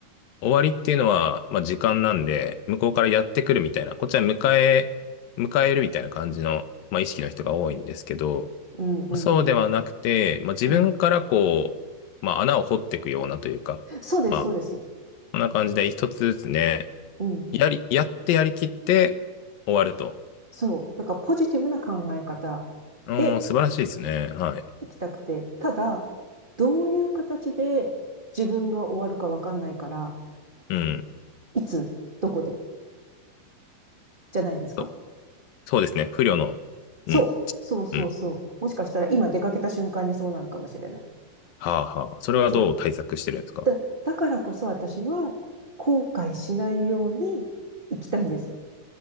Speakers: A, on the left (about 80°); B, on the right (about 15°).
A: 終わりっていうのは、まあ時間なんで、向こうからやってくるみたいな、こっちは迎え、迎えるみたいな感じの、まあ意識の人が多いんですけど、
B: うん、うん、
A: そうではなくて、
B: うん。
A: まあ自分からこう、
B: うん。
A: まあ穴を掘っていくようなというか、
B: そうです、
A: まあ、
B: そうです。
A: こんな感じで一つずつね、
B: うん。
A: やり、やってやりきって終わると。
B: そう。だからポジティブな考え方
A: うん、
B: で
A: 素晴らしいですね。はい。
B: 行きたくて、ただ、どういう形で自分が終わるかわかんないから、
A: うん。
B: いつ、どこで、じゃないですか
A: そそうですね。不慮の。
B: そう。
A: うん。
B: そうそうそう。
A: うん。
B: もしかしたら今出かけた瞬間にそうなるかもしれない。
A: はあはあ。それはどう対策してるんですか
B: そう。だ、だからこそ私は後悔しないように行きたいんです。